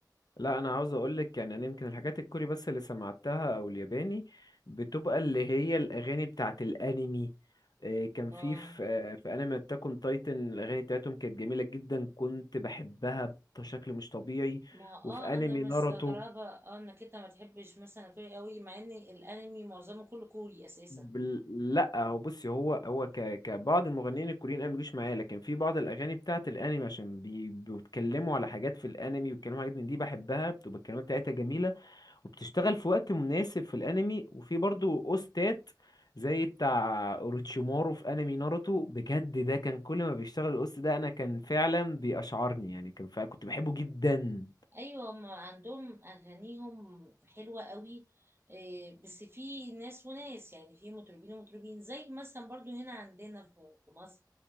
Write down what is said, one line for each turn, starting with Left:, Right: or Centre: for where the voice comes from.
Left: لا انا عاوز اقولك يعني انا يمكن الحاجات الكوري بس اللي سمعتها او الياباني بتبقى
Right: مم.
Left: اللي هي الاغاني بتاعت الانمي إيه، كان
Right: اه
Left: في في آه، في انمي اتاك اون تايتن الاغاني بتاعتهم كانت جميله جدا كنت بحبها بشكل مش طبيعي
Right: ما اه
Left: وفي انمي
Right: انا مستغربة
Left: ناروتو
Right: اه انك انت ما تحبش مثلا كوري قوي مع ان الانمي معظمه كله كوري اساسا
Left: بل... لا هو بصي هو هو ك... كبعض المغنيين الكوريين انا مبيجوش معايا لكن في بعض الاغاني بتاعت الانمي عشان بي... بيتكلموا على حاجات في الانمي ويتكلموا على حاجات من دي بحبها بتبقى الكلمات بتاعتها جميله وبتشتغل في وقت مناسب في الانمي وفي برضو اوستات زي بتاع اوروتشيمارو في انمي ناروتو بجد ده كان كل ما بيشتغل الاوست ده انا كان فعلا بيأشعرني يعني كان فعلا كنت بحبه جدا
Right: ايوه ما عندهم اغانيهم حلوه قوي إيه، بس في ناس وناس يعني في مطربين ومطربين زي مثلا برضو هنا عندنا في في مصر